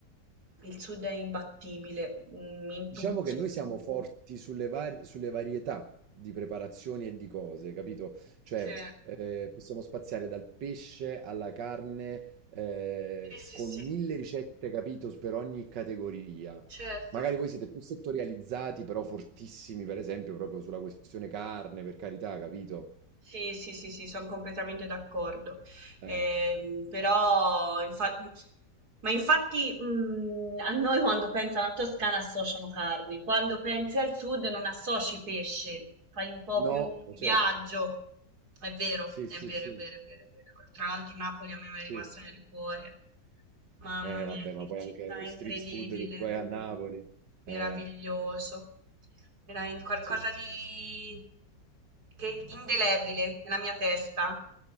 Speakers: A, on the right; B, on the right.
A: Il sud è imbattibile, mm, in
B: Diciamo
A: tutto.
B: che noi siamo forti sulle var- sulle varietà di preparazioni e di cose, capito? Cioè,
A: Sì,
B: eh, possiamo spaziare dal pesce alla carne, eh,
A: sì, sì,
B: con
A: sì,
B: mille ricette, capito, per ogni categoria.
A: certo.
B: Magari voi siete più settorializzati, però fortissimi, per esempio, proprio sulla questione carne, per carità, capito?
A: Sì, sì, sì, sì, sono completamente d'accordo. Ehm,
B: Eh,
A: però, infa- ma infatti, mh, a noi quando pensano a Toscana associano carne, quando pensi al sud non associ pesce, fai un po' più
B: No,
A: un
B: certo.
A: viaggio. È vero,
B: Sì,
A: è
B: sì,
A: Sì. vero,
B: sì,
A: è vero, è vero, è vero. Tra l'altro Napoli a me mi è
B: sì.
A: rimasta nel cuore. Mamma
B: Eh
A: mia,
B: vabbè, ma
A: che
B: poi
A: città
B: anche lo
A: incredibile.
B: street food che tu hai a Napoli. Eh,
A: Meraviglioso. Era in- qualcosa
B: sì, sì,
A: di
B: sì.
A: che indelebile nella mia testa.